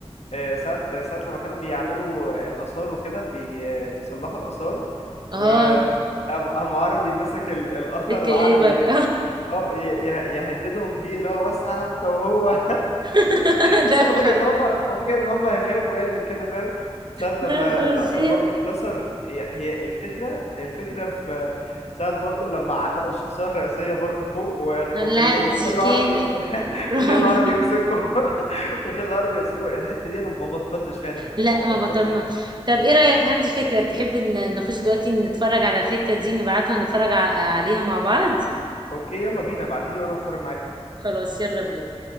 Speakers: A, on the left; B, on the right.
A: آه، ساعة آه، ساعة لما كانوا بيعملوا الآثار وكده بي بيصلحوا الآثار
B: اه
A: وقام عربي مسك ال- الأثر
B: الكليبر
A: وقعد ي... اه ي... يه- يهددهم بيه اللي هو وسع على انت وهو
B: <laughs>
A: <laughs>
B: ده ف...
A: هو فاكر ان هم هو فاكر ان هم هيخافوا يعني وكده فاهم ساعة لما
B: لا فظيع
A: الأثر برضو اتكسر هي هي الفكرة الفكرة في ساعة برضو لما علقوا الشخصية الرئيسية برضو فوق وخ-
B: لا
A: وخلوه
B: دي
A: وخلوا
B: كانت
A: عربي <laughs>
B: رهيب
A: وخلوا عربي يمسكه <laughs> وخلوا عربي يمسكه الحتة دي أنا ما بطلتش فيها ضحك
B: لا
A: ما
B: ما
A: بطلتش
B: بطلناش
A: ضحك
B: طب ايه رأيك عندي فكرة تحب ان نخش دلوقتي نتفرج على الحتة دي نبعتها ونتفرج ع- عليها مع بعض
A: أوكي يلا بينا ابعتيلي وأنا هتفرج معاكي
B: خلاص يلا بينا